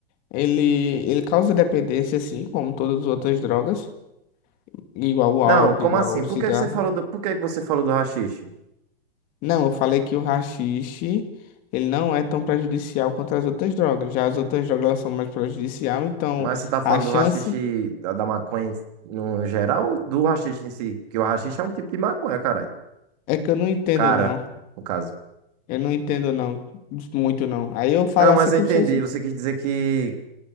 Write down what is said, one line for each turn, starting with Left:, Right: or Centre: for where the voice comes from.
Left: Ele, ele causa dependência, assim, como todas as outras drogas. Igual o
Right: Não,
Left: álcool,
Right: como
Left: igual
Right: assim?
Left: o
Right: Por
Left: cigarro.
Right: que você falou do, por que você falou do haxixe?
Left: Não, eu falei que o haxixe, ele não é tão prejudicial quanto as outras drogas. Já as outras drogas elas são mais prejudicial, então
Right: Mas você tá falando
Left: a chance
Right: do haxixe da, da maconha no, no geral ou do haxixe em si? Porque o haxixe é um tipo de maconha, caralho.
Left: é que eu não entendo
Right: Cara,
Left: não.
Right: no caso.
Left: Eu não entendo não, muito não. Aí eu falo
Right: Não, mas
Left: assim
Right: eu
Left: como
Right: entendi.
Left: se fosse...
Right: Você quis dizer que,